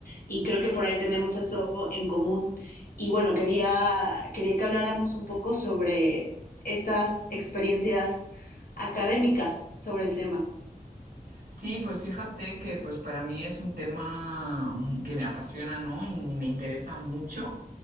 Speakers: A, on the left; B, on the right.
A: y creo que por ahí tenemos eso en común. Y bueno, quería, quería que habláramos un poco sobre estas experiencias académicas sobre el tema.
B: Sí, pues fíjate que pues para mí es un tema mm, que me apasiona, ¿no? Y me interesa mucho.